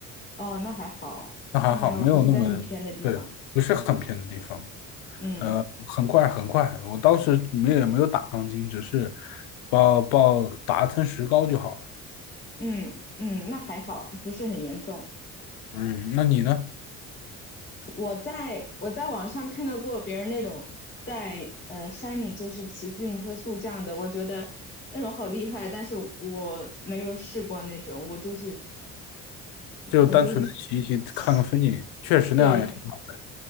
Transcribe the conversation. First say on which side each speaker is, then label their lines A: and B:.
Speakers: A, on the left; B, on the left.
A: 哦，那还好，
B: 那还好，
A: 那还好，
B: 没有那么，
A: 不是在很偏的地方。
B: 对，不是很偏的地方。
A: 嗯
B: 呃，很快很快，我当时没也没有打钢筋，只是报报打一层石膏就好了。
A: 嗯嗯，那还好，不是很严重。
B: 嗯，那你呢？
A: 我在我在网上看到过别人那种在呃山里就是骑自行车速降的，我觉得那种好厉害，但是我没有试过那种，我就是
B: 就单纯的骑一骑，
A: 我就是骑，
B: 看看风景，确实那样也挺好。
A: 对